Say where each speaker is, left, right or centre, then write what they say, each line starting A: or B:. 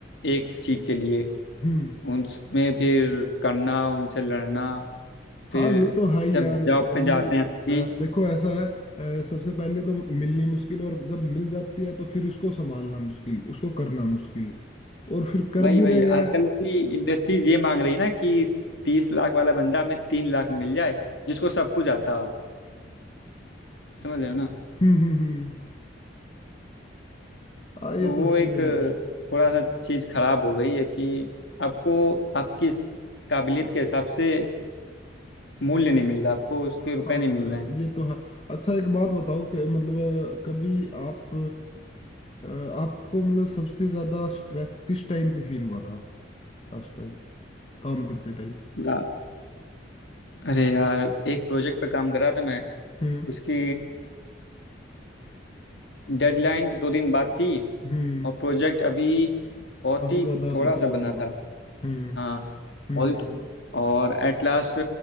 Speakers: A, on the left (about 70°); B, on the left (about 30°).
A: एक सीट के लिए
B: हम्म
A: उनमें फिर करना उनसे लड़ना फिर
B: हाँ ये तो है ही
A: जब
B: यार अभी
A: जॉब पे जाते हैं आपकी
B: अ, देखो ऐसा है अ, सबसे पहले तो मिलनी मुश्किल और जब मिल जाती है तो फिर उसको संभालना मुश्किल उसको करना मुश्किल और फिर कर
A: वही
B: भी
A: वही
B: रहे
A: आजकल
B: हैं
A: की इंडस्ट्रीज ये मांग रही है ना कि तीस लाख वाला बंदा हमें तीन लाख मिल जाए जिसको सब कुछ आता हो समझ रहे हो ना
B: हम्म हम्म हम्म हाँ ये
A: तो वो
B: तो है
A: एक
B: ही यार
A: अ, थोड़ा सा चीज़ खराब हो गई है कि आपको आपकी इस काबिलियत के हिसाब से मूल्य नहीं मिल रहा आपको उसके
B: हाँ
A: रुपए नहीं मिल रहे
B: ये तो है अच्छा एक बात बताओ कि मतलब अ, कभी आप अ, आपको मतलब सबसे ज्यादा स्ट्रेस किस टाइम पे फील हुआ था लास्ट टाइम काम करते टाइम
A: हैं आ- अरे यार एक प्रोजेक्ट पे काम कर रहा था मैं
B: हम्म
A: उसकी डेडलाइन दो दिन बाद थी
B: हम्म
A: और प्रोजेक्ट अभी बहुत
B: काफी
A: ही
B: ज्यादा
A: थोड़ा
B: बचाव
A: सा
B: होगा
A: बना था
B: हम्म
A: हाँ
B: हम्म
A: बहुत ही
B: हम्म
A: तो- और एट लास्ट